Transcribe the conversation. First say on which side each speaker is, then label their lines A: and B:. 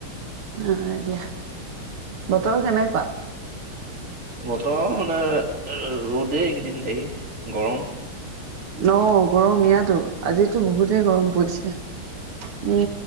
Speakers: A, on the right; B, on the right.
A: আহ, এতিয়া বতৰ কেনেকুৱা?
B: বতৰ মানে, ৰ'দেই।। দিন ৰাতি গৰম।
A: অ, গৰম ইয়াতো। আজিতো বহুতেই গৰম পৰিছে, উম